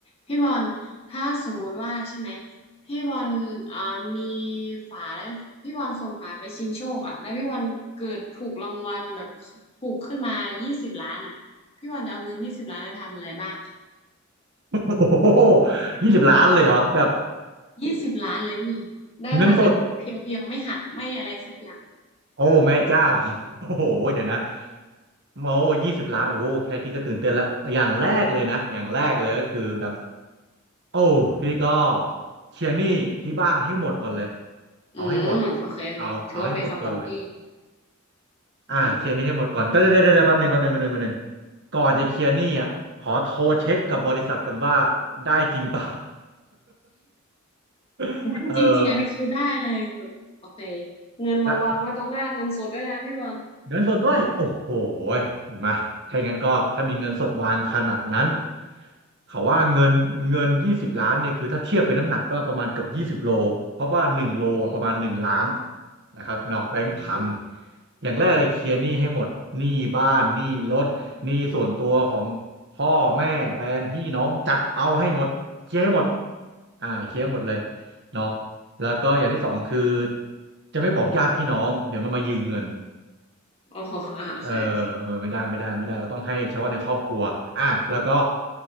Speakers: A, on the left; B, on the right.
A: พี่บอลถ้าสมมุติว่าใช่ไหมพี่บอลอ่ามีฝาแล้วพี่บอลส่งฝาไปชิงโชคอ่ะแล้วพี่บอลเกิดถูกรางวัลแบบถูกขึ้นมายี่สิบล้านอ่ะพี่บอลจะเอาเงินยี่สิบล้านไปทำอะไรบ้างคะ
B: โอ้โหยี่สิบล้านเลยเหรอแบบ
A: ยี่สิบล้านเลยพี่ได้มาแบบเพียวๆไม่หักไม่อะไรสักอย่าง
B: เงินสดโอ้แม่เจ้าโอ้โหเดี๋ยวนะโอ้ยี่สิบล้านโอ้โหแค่ที่ก็ตื่นเต้นและอย่างแรกเลยนะอย่างแรกเลยก็คือแบบโอ้พี่ก็เคลียร์หนี้ที่บ้านให้หมดก่อนเลยเอาให้หมด
A: อืมโอเคโอเคถือว่าเป็นคำตอบที่
B: เอาเอาให้หมดก่อนเลย
A: โอเค
B: อ่าเคลียร์หนี้ให้หมดก่อนเดี๋ยวเดี๋ยวเดี๋ยวแป๊บหนึ่งแป๊บหนึ่งแป๊บหนึ่งแป๊บหนึ่งก่อนจะเคลียร์หนี้อ่ะขอโทรเช็คกับบริษัทก่อนว่าได้จริงเปล่า <laughs>
A: ได้จริงๆอันนี้คือได้เลยคือแบบโอเค
B: เออ
A: เงินมาวางไว้ตรงหน้าเงินสดด้วยนะพี่บอล
B: ได้ เงินสดด้วยโอ้โหยมาถ้าอย่างนั้นก็ถ้ามีเงินสดวางขนาดนั้นเขาว่าเงินเงินยี่สิบล้านเนี่ยคือถ้าเทียบเป็นน้ำหนักก็ประมาณเกือบยี่สิบโลเพราะว่าหนึ่งโลประมาณหนึ่งล้าน
A: โอ้
B: นะครับนอกแบงค์พัน
A: อืม
B: อย่างแรกเลยเคลียร์หนี้ให้หมดหนี้บ้านหนี้รถหนี้ส่วนตัวของพ่อแม่แฟนพี่น้องจัดเอาให้หมดเคลียร์ให้หมดอ่าเคลียร์ให้หมดเลยเนาะแล้วก็อย่างที่สองคือจะไม่บอกญาติพี่น้องเดี๋ยวมันมายืมเงิน
A: โอ้โหอ่าโอเคโอเค
B: เออเออไม่ได้ไม่ได้ไม่ได้เราต้องให้เฉพาะในครอบครัวอ่ะแล้วก็